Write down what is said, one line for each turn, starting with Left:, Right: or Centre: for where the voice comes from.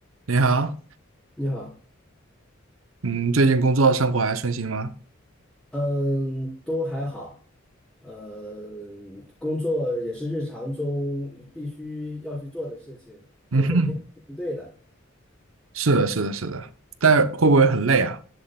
Right: 你好，
Centre: 你好，
Right: 嗯，最近工作生活还顺心吗？
Centre: 嗯，都还好，嗯，工作也是日常中必须要去做的事情，就每天应对的，
Right: 嗯哼，是的，是的，是的，但会不会很累啊？